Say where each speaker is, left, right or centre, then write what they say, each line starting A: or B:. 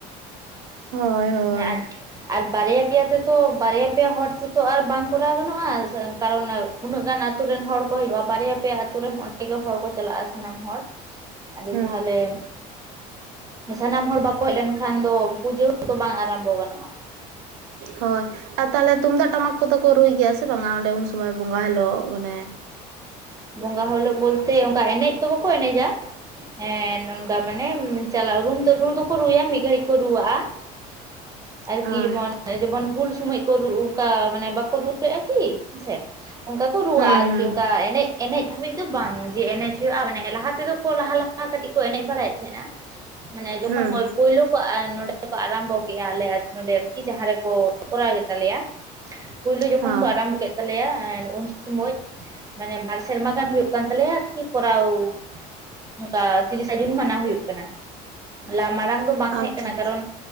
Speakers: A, on the right; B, on the right.
A: ᱦᱳᱭ ᱦᱳᱭ
B: ᱮᱠᱚᱴ <unintelligible> ᱟᱨ ᱵᱟᱨᱭᱟ ᱯᱮᱭᱟ ᱛᱮᱛᱚ ᱵᱟᱨᱭᱟ ᱯᱮᱭᱟ ᱦᱚᱲ ᱛᱮᱛᱚ ᱟᱨ ᱵᱟᱝ ᱠᱚᱨᱟᱣ ᱜᱟᱱᱚᱜ-ᱟ ᱠᱟᱨᱚᱱ ᱩᱱᱟᱹᱜ ᱜᱟᱱ ᱟᱛᱩ ᱨᱮᱱ ᱦᱚᱲ ᱠᱚ ᱦᱩᱭᱩᱜ-ᱟ ᱵᱟᱨᱭᱟ ᱯᱮ ᱟᱛᱩ ᱨᱮᱱ ᱚᱱᱰᱮ ᱜᱮ ᱦᱚᱲ ᱠᱚ ᱪᱟᱞᱟᱜ-ᱟ ᱥᱟᱱᱟᱢ ᱦᱚᱲ ᱟᱫᱚ
A: ᱦᱮᱸ
B: ᱛᱟᱦᱚᱞᱮ ᱥᱟᱱᱟᱢ ᱦᱚᱲ ᱵᱟᱠᱚ ᱦᱮᱡ ᱞᱮᱱᱠᱷᱟᱱ ᱫᱚ ᱯᱩᱡᱟᱹᱣ ᱛᱚ ᱵᱟᱝ ᱟᱨᱚᱢᱵᱚ ᱜᱟᱱᱚᱜ-ᱟ,
A: ᱦᱳᱭ ᱟᱨ ᱛᱟᱦᱞᱮ ᱛᱩᱢᱫᱟᱜ ᱴᱟᱢᱟᱠ ᱠᱚᱫᱚ ᱠᱚ ᱨᱩᱭ ᱜᱮᱭᱟ ᱥᱮ ᱵᱟᱝᱟ ᱚᱸᱰᱮ ᱩᱱ ᱥᱩᱢᱚᱭ ᱵᱚᱸᱜᱟ ᱦᱤᱞᱳᱜ ᱢᱟᱱᱮ
B: ᱵᱚᱸᱜᱟ ᱦᱤᱞᱳᱜ ᱵᱚᱞᱛᱮ ᱚᱱᱠᱟ ᱮᱱᱮᱡ ᱫᱚ ᱵᱟᱠᱚ ᱮᱱᱮᱡᱟ, ᱦᱮᱸ ᱱᱚᱝᱠᱟ ᱢᱟᱱᱮ ᱪᱟᱞᱟᱜ ᱨᱩᱢ ᱛᱮ ᱨᱩ ᱫᱚᱠᱚ ᱨᱩᱭᱟ ᱢᱤᱫ ᱜᱷᱟᱹᱲᱤᱡ ᱠᱚ ᱨᱩᱣᱟᱜᱼᱟ ᱾ ᱟᱨᱠᱤ
A: ᱦᱳᱭ
B: ᱡᱮᱢᱚᱱ, ᱡᱮᱢᱚᱱ ᱦᱩᱞ ᱥᱚᱢᱚᱭ ᱠᱚ ᱚᱱᱠᱟ ᱢᱟᱱᱮ ᱵᱟᱠᱚ ᱨᱩ ᱞᱮᱫᱼᱟ ᱠᱤ? ᱦᱮᱸ ᱥᱮ ᱾ ᱚᱱᱠᱟ ᱠᱚ ᱨᱩᱣᱟᱹᱜᱼᱟ
A: ᱦᱩᱸ
B: ᱟᱨᱠᱤ
A: ᱦᱩᱸ
B: ᱚᱱᱠᱟ ᱮᱱᱮᱡ ᱮᱱᱮᱡ ᱫᱷᱟᱹᱵᱤᱡ ᱫᱚ ᱵᱟᱝ ᱡᱮ ᱮᱱᱮᱡ ᱦᱩᱭᱩᱜᱼᱟ ᱢᱟᱱᱮ ᱞᱟᱦᱟ ᱛᱮᱫᱚ ᱠᱚ ᱞᱟᱦᱟ ᱞᱟᱦᱟ ᱠᱟᱹᱴᱤᱡ ᱠᱚ ᱮᱱᱮᱡ ᱵᱟᱲᱟᱭᱮᱫ ᱛᱟᱦᱮᱱᱟ ᱾ ᱢᱟᱱᱮ ᱡᱚᱠᱷᱚᱱ
A: ᱦᱩᱸ
B: ᱯᱳᱭᱞᱳ ᱠᱚ ᱱᱚᱰᱮ ᱠᱚ ᱟᱨᱟᱢᱵᱚ ᱠᱮᱫᱼᱟ ᱟᱞᱮ ᱱᱚᱰᱮ ᱟᱨᱠᱤ ᱡᱟᱦᱟᱸ ᱨᱮᱠᱚ ᱠᱚᱨᱟᱣ ᱜᱮᱛᱟᱞᱮᱭᱟ ᱾ ᱯᱩᱭᱞᱩ ᱡᱚᱠᱷᱚᱱ
A: ᱦᱚᱸ
B: ᱠᱚ ᱟᱨᱚᱢᱵᱚ ᱠᱮᱫ ᱛᱟᱞᱮᱭᱟ ᱩᱱ ᱥᱚᱢᱚᱭ ᱢᱟᱱᱮ ᱵᱟᱨ ᱥᱮᱨᱢᱟ ᱜᱟᱱ ᱦᱩᱭᱩᱜ ᱠᱟᱱ ᱛᱟᱞᱮᱭᱟ ᱟᱨᱠᱤ ᱠᱚᱨᱟᱣ ᱾ ᱚᱱᱠᱟ ᱛᱤᱨᱤᱥᱟ ᱡᱩᱱ ᱢᱟᱱᱟᱣ ᱦᱩᱭᱩᱜ ᱠᱟᱱᱟ ᱾ ᱢᱟᱲᱟᱝ ᱫᱚ ᱵᱟᱝ ᱛᱟᱦᱮᱸ
A: ᱟᱪᱪᱷᱟ
B: ᱠᱟᱱᱟ ᱠᱟᱨᱚᱱ